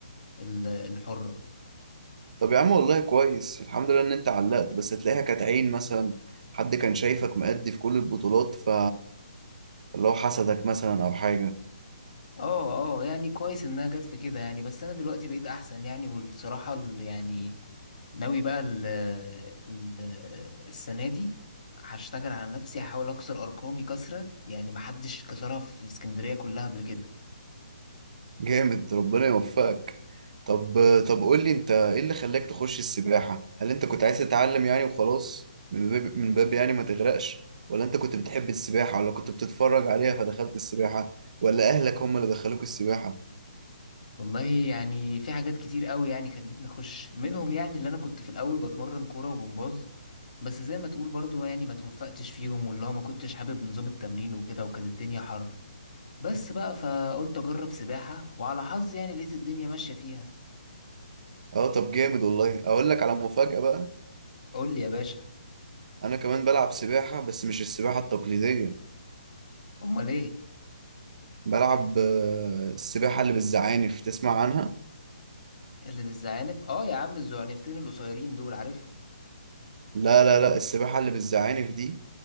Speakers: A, on the left; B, on the right.
A: ال- الحرة
B: طب يا عم والله كويس الحمد لله ان انت علقت بس تلاقيها كانت عين مثلا حد كان شايفك مأدي في كل البطولات ف اللي هو حسدك مثلا او حاجة
A: اه اه يعني كويس انها جت في كده يعني بس انا دلوقتي بقيت احسن يعني والصراحة ال- يعني ناوي بقى ال ال السنة دي هشتغل على نفسي هحاول اكسر ارقامي كسرة يعني محدش كسرها في اسكندرية كلها قبل كده
B: جامد ربنا يوفقك طب طب قول لي انت ايه اللي خلاك تخش السباحة هل انت كنت عايز تتعلم يعني وخلاص من باب من باب يعني ما تغرقش ولا انت كنت بتحب السباحة ولا كنت بتتفرج عليها فدخلت السباحة ولا اهلك هم اللي دخلوك السباحة
A: والله يعني في حاجات كتير قوي يعني خلتني اخش منهم يعني اللي انا كنت في الاول بتمرن كوره وجمباز بس زي ما تقول برضو يعني ما توفقتش فيهم واللي هو ما كنتش حابب نظام التمرين وكده وكانت الدنيا حر بس بقى فقلت اجرب سباحه وعلى حظي يعني لقيت الدنيا ماشيه فيها
B: اه طب جامد والله اقول لك على مفاجأة بقى
A: قول لي يا باشا
B: انا كمان بلعب سباحة بس مش السباحة التقليدية
A: امال ايه
B: بلعب آه، السباحة اللي بالزعانف تسمع عنها
A: اللي بالزعانف اه يا عم الزعنفتين القصيرين دول عارفهم
B: لا لا لا السباحة اللي بالزعانف دي